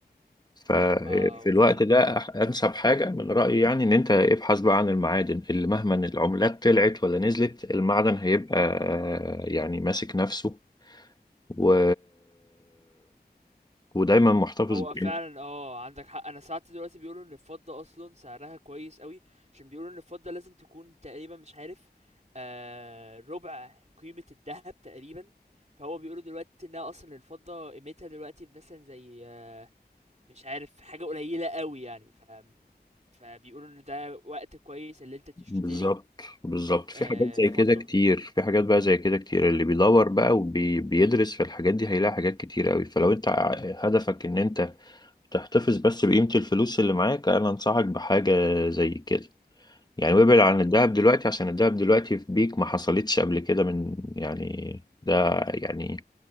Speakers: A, on the left; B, on the right.
A: ففي
B: ما هو
A: الوقت
B: فعلا
A: ده
B: آه.
A: أح- أنسب حاجة من رأيي يعني إن أنت ابحث بقى عن المعادن اللي مهما إن العملات طلعت ولا نزلت المعدن هيبقى آه، يعني ماسك نفسه و... ودايما محتفظ
B: هو
A: بقيمته
B: فعلًا آه، عندك حق. أنا ساعات دلوقتي بيقولوا إن الفضة أصلًا سعرها كويس أوي، عشان بيقولوا إن الفضة لازم تكون تقريبًا مش عارف آآ، ربع قيمة الدهب تقريبًا، فهو بيقولوا دلوقتي إنها أصلًا الفضة قيمتها دلوقتي مثلًا زي آه مش عارف حاجة قليلة أوي يعني، فم فبيقولوا إن ده وقت كويس اللي أنت تشتري
A: بالظبط بالظبط في
B: آآ،
A: حاجات زي
B: فضة.
A: كده كتير في حاجات بقى زي كده كتير اللي بيدور بقى وبيدرس في الحاجات دي هيلاقي حاجات كتير قوي فلو انت ع- هدفك ان انت تحتفظ بس بقيمة الفلوس اللي معاك انا انصحك بحاجة زي كده يعني وابعد عن
B: إمم،
A: الذهب دلوقتي عشان الذهب دلوقتي في بيك ما حصلتش قبل كده من يعني ده يعني